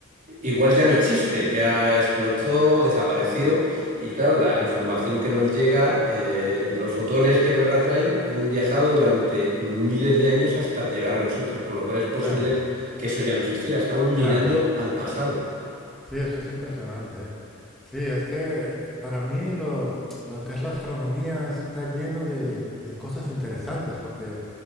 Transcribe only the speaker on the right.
Igual ya no existe, ya explotó, desapareció y claro, la información que nos llega, eh, los fotones que nos la traen han viajado durante miles de años hasta llegar a nosotros, con lo cual es posible
que eso ya no existiera. Estamos mirando
al pasado.